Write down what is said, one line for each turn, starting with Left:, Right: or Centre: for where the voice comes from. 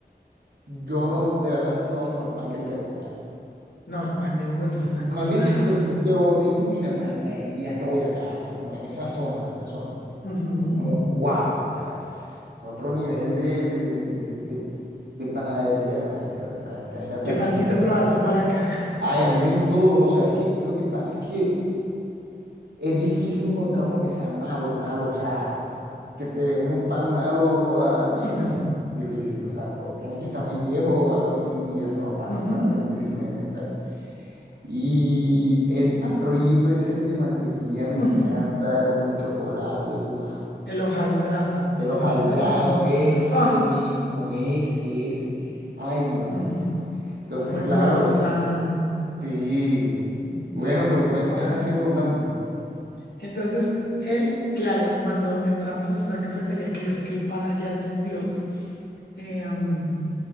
Right: Yo no, de verdad no he probado mejor pan que el de Bogotá.
Left: No, el pan de Bogotá es una
Right: Más
Left: cosa...
Right: bien de, de, de Bogotá y Cundinamarca y hasta Boyacá, o sea, como en esa zona, esa zona.
Left: ujú.
Right: Como, wow, o sea, es otro nivel de, de, de, de, de panadería, marica, o sea, qué vaina tan
Left: ¿Qué pancito
Right: rica.
Left: probaste por acá?
Right: Ay, a mí me en todos, o sea, es que lo que pasa es que es difícil encontrar uno que sea malo, malo, o sea, que te vende un pan malo, joda, difícil,
Left: Sí, no.
Right: difícil, o sea, o tiene que estar muy viejo o algo así y eso no pasa,
Left: Ujú.
Right: o sea, difícilmente está. Y el pan rollito es el de mantequilla, me
Left: Mm.
Right: encanta con chocolate, uff.
Left: El hojaldrado.
Right: El
Left: ¿Qué
Right: hojaldrado,
Left: me dices del hojaldrado?
Right: ese
Left: ¡Ah!
Right: mismo, ese, ese. Ay, marica.
Left: Mm.
Right: no. Entonces,
Left: Un buen
Right: claro,
Left: croissant.
Right: sí.
Left: Mm.
Right: Bueno, pero cuenta,
Left: Oh.
Right: ajá, sigue contando.
Left: Entonces, él, claro, cuando entramos a esta cafetería, que yo sé que el pan allá es Dios, eh, um,